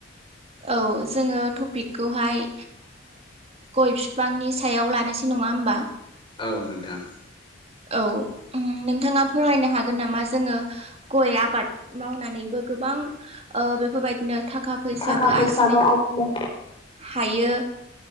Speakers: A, on the right; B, on the left.
A: औ जोङो टपिकखौहाय गय बिफांनि सायाव लानोसै नं नङा होमबा
B: औ नोंथां
A: औ उम नोंथाङा फोरमायनो हागोन होन नामा जोङो गय आबाद मावनानैबो गोबां ओ बेफोरबायदिनो थाखा फैसाबो
B: थाखा
A: आरजिनाय
B: आरजिनो
A: हायो